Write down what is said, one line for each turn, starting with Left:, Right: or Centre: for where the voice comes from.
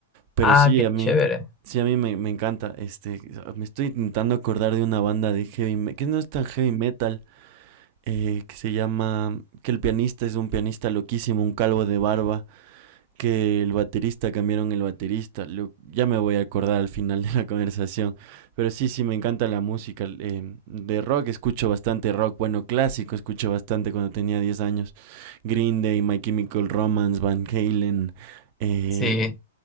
Right: Pero
Left: Ah,
Right: sí,
Left: qué
Right: a mí,
Left: chévere.
Right: sí, a mí me, me encanta. Este, me estoy intentando acordar de una banda de heavy metal, que no es tan heavy metal, eh, que se llama, que el pianista es un pianista loquísimo, un calvo de barba que el baterista cambiaron el baterista. Lo- ya me voy a acordar al final de la <laughs> conversación. Pero sí, sí, me encanta la música. eh, de rock escucho bastante rock. Bueno, clásico escucho bastante cuando tenía 10 años. Green Day, My Chemical Romance, Van Halen. eh,
Left: Sí.